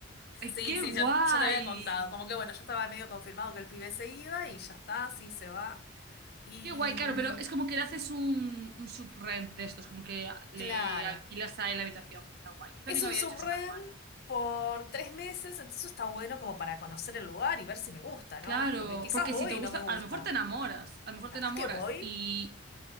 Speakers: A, on the right; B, on the left.
A: ¡Ay,
B: Sí,
A: qué
B: sí,
A: guay!
B: ya, ya te había contado. Como que bueno, ya estaba medio confirmado que el pibe se iba y ya está, sí, se va. Y
A: Qué guay,
B: mm,
A: claro, pero es como que le haces un, un subrent de estos, como que le
B: claro,
A: alquilas a él la habitación. Está guay. Yo también
B: Es un
A: había
B: subren
A: hecho eso en Alemania.
B: por tres meses, entonces está bueno como para conocer el lugar y ver si me gusta,
A: Claro,
B: ¿no? Porque quizás
A: porque
B: voy
A: si te
B: y
A: gusta,
B: no me gusta.
A: a lo mejor te enamoras, a lo mejor
B: Capaz
A: te enamoras
B: que voy,
A: y,